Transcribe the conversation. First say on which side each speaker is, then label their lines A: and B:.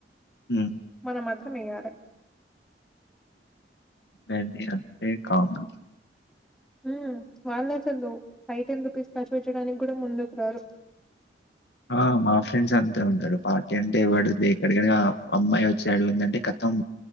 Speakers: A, on the left (about 65°); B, in the centre.
A: హ్మ్.
B: మనం మాత్రం ఇయాలి
A: ఏండి ఏ కామన్
B: హ్మ్ వాళ్ళు అసలు ఫైవ్ టెన్ రూపీస్ ఖర్చు పెట్టడానికి కూడా ముందుకు రారు
A: ఆ మా ఫ్రెండ్స్ అంతే ఉంటాడు పార్టీ అంటే ఎవడు దేకడు గాని అమ్మాయి వచ్చే అడుగుందంటే ఖతం